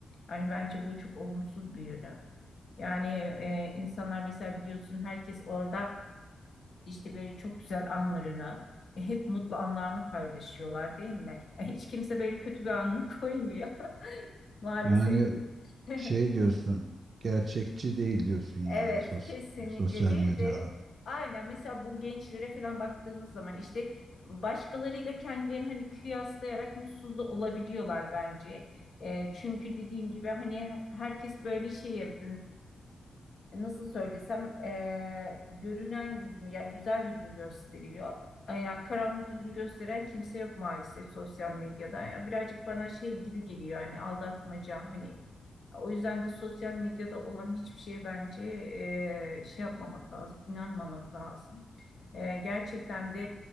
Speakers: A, on the left (about 60°); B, on the right (about 55°).
A: Yani bence bu çok olumsuz bir yönü. Yani e, insanlar mesela biliyorsun herkes orada işte böyle çok güzel anlarını, e, hep mutlu anlarını paylaşıyorlar değil mi? E, hiç kimse böyle kötü bir anını <laughs> koymuyor maalesef.
B: Yani
A: <laughs>
B: şey diyorsun gerçekçi değil diyorsun yani
A: Evet,
B: sosyal,
A: kesinlikle.
B: sosyal
A: Bir
B: medyada.
A: de aynen mesela bu gençlere falan baktığımız zaman işte başkalarıyla kendilerini hani kıyaslayarak mutsuz da olabiliyorlar bence. E, çünkü dediğim gibi hani herkes böyle şeyi nasıl söylesem e, görünen yüzünü yani güzel yüzünü gösteriyor. E, Yani karanlık yüzünü gösteren kimse yok maalesef sosyal medyada. Yani birazcık bana şey gibi geliyor hani aldatmaca hani o yüzden de sosyal medyada olan hiçbir şeye bence e, şey yapmamak lazım, inanmamak lazım. E, gerçekten de